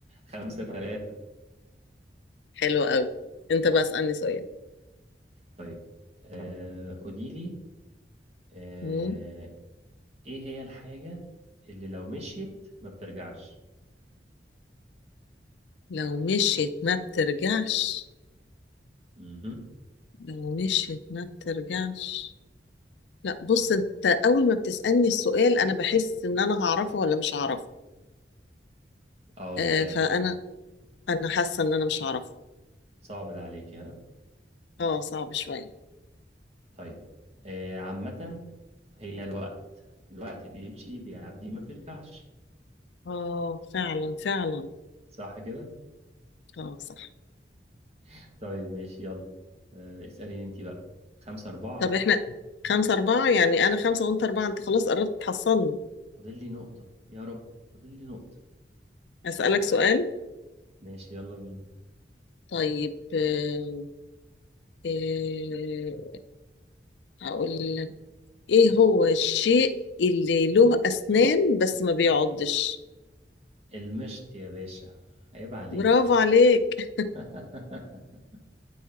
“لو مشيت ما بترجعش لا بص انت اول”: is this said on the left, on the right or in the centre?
Left